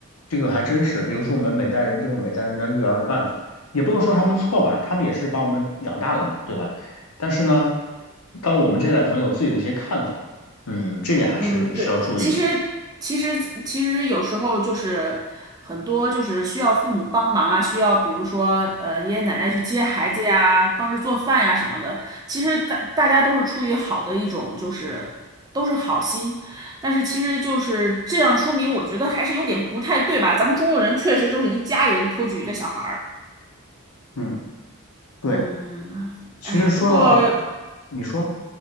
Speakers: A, on the left (about 80°); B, on the right (about 15°).
A: 这个还真是。比如说，我们每代人都有每代人的育儿的办法，也不能说他们错吧，他们也是把我们养大了嘛，对吧？但是呢，到了我们这一代，可能有自己的一些看法，嗯，这点还是是要注意的。
B: 嗯，对，其实其实其实有时候就是很多就是需要父母帮忙啊，需要比如说呃爷爷奶奶去接孩子呀，帮着做饭呀什么的。其实大大家都是出于好的一种就是都是好心，但是其实就是这样说明，我觉得还是有点不太对吧？咱们中国人确实就是一家人托举一个小孩儿，
A: 嗯，对。
B: 嗯，
A: 其实说到，
B: 哎，不过。
A: 你说，